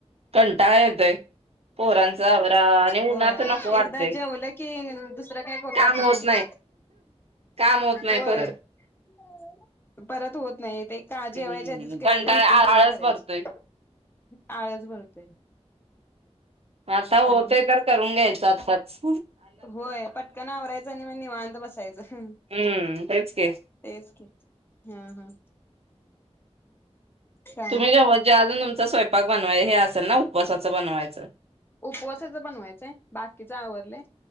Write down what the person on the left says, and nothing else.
होय
एकदा जेवलं की दुसरं काय करू
वाटत
नाही.
होय
परत होत नाही ते का
जेवायच्या आधीच
केवढे होतील तेवढी
करायचे.
आळस भरतोय.
काय आणि
होय पटकन आवरायचं आणि मग निवांत बसायचं
तेच हम काय
नाही
उपवासाचं बनवायचय बाकीच आवरलय.